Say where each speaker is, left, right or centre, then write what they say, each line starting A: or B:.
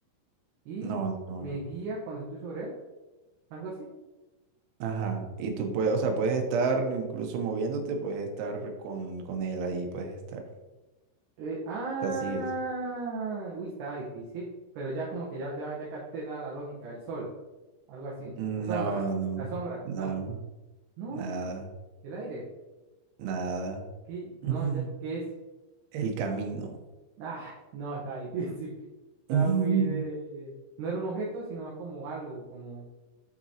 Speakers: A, on the right; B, on the right.
A: y
B: No, no,
A: me
B: no.
A: guía cuando estoy sobre él, algo así.
B: Ajá. Y tú puedes, o sea, puedes estar incluso moviéndote, puedes estar con, con él ahí, puedes estar.
A: Eh, ah,
B: Así es.
A: uy, estaba difícil, pero ya como que ya, ya, ya capté la, la lógica, el sol, algo así,
B: No,
A: la sombra,
B: no,
A: la sombra,
B: no,
A: no, no,
B: nada.
A: el aire,
B: Nada.
A: ¿qué? No,
B: Ujú.
A: ya, ¿qué es?
B: El camino.
A: Ay, no, está difícil, <laughs> estaba
B: Ujú.
A: muy de... No era un objeto, sino más como algo, como... el-